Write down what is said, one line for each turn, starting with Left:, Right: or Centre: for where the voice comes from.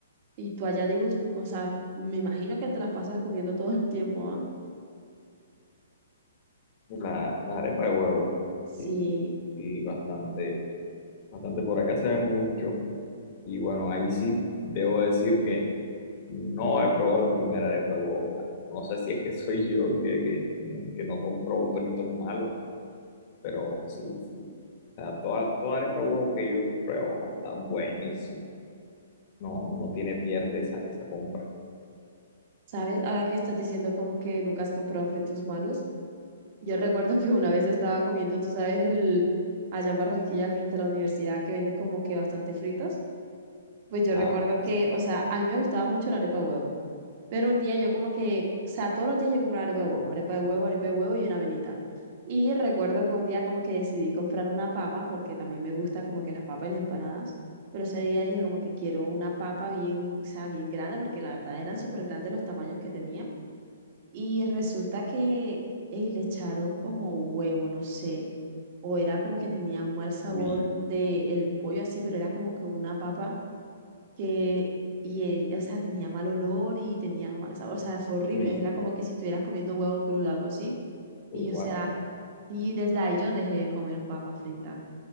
Right: Y tú allá digo, o sea, me imagino que te las pasas comiendo todo el tiempo, ¿ah?
Left: La, las arepas de huevo,
Right: Sí.
Left: sí, sí, bastante, bastante por acá se ven mucho. Y bueno, ahí sí debo decir que no he probado la primera arepa de huevo mala. No sé si es que soy yo que, que, no que no compro fritos malos, pero sí, sí. O sea, toda, toda arepa de huevo que yo pruebo está buenísima. No, no tiene pierde esa, esa compra.
Right: ¿Sabes? Ahora que estás diciendo como que nunca has comprado fritos malos. Yo recuerdo que una vez estaba comiendo, tú sabes, el allá en Barranquilla, al frente de la universidad, que venden como que bastante fritos. Pues yo
Left: Ah,
Right: recuerdo que,
Left: sí.
Right: o sea, a mí me gustaba mucho la arepa de huevo. Pero un día yo como que, o sea, todos los días yo compraba arepa de huevo, arepa de huevo, arepa de huevo y una avenita. Y recuerdo que un día como que decidí comprar una papa, porque también me gusta como que las papas y las empanadas. Pero ese día dije como que quiero una papa bien, o sea, bien grande, porque la verdad eran súper grandes los tamaños que tenía. Y resulta que ey, le echaron como huevo, no sé, o era como que tenía mal sabor
Left: uy,
Right: del pollo así, pero era como que una papa que, y, eh, o sea, tenía mal olor y tenía mal sabor, o sea, fue horrible,
Left: uy,
Right: era como que si estuvieras comiendo huevo crudo, algo así. Y,
Left: uy, guácala.
Right: o sea, y desde ahí yo dejé de comer papa frita,